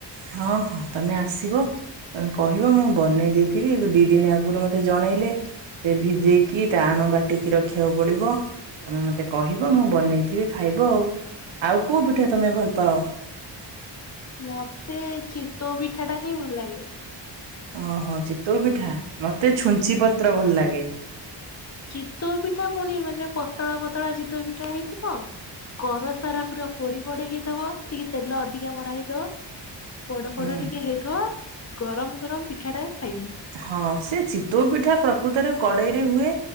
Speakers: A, on the right; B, on the left.
A: ହଁ, ହଁ ତମେ ଆସିବ ତମେ କହିବ ମୁଁ, ବନେଇ ଦେଇଥିବି ଦି ଦିନି ଆଗରୁ ମତେ ଜଣେଇଲେ ସେ ଭିଜେଇକି, ତା ଆଣ ବାଟିକି ରଖିବାକୁ ପଡିବ। ତମେ ମତେ କହିବ ମୁଁ ବନେଇଥିବି, ଖାଇବ ଆଉ ଆଉ କୋଉ ପିଠା ତମେ ଭଲ ପାଅ?
B: ମତେ ଚିତୋଉ ପିଠା ଟା ହିଁ ଭଲ ଲାଗେ।
A: ଅହ! ଚିତୋଉ ପିଠା ମତେ ଛୁଞ୍ଚି ପତ୍ର ଭଲ ଲାଗେ।
B: ଚିତୋଉ ପିଠା ପୁଣି ମାନେ ପତଳା ପତଳା ଚିତୋଉ ପିଠା ହେଇଥିବ। କର ସାରା ପୁରା ପୋଡି ପୋଡି ହେଇଥବ, ଟିକେ ତେଲ ଅଧିକା ମରା ହେଇଥବ। ପୋଡ
A: ହୁଁ
B: ଫୋଡ ଟିକେ ହେଇଥବ, ଗରମ ଗରମ ପିଠା ଟା ଖାଇବି
A: ହଁ, ସେ ଚିତୋଉ ପିଠା ପ୍ରକୃତରେ କଡେଇ ହୁଏ,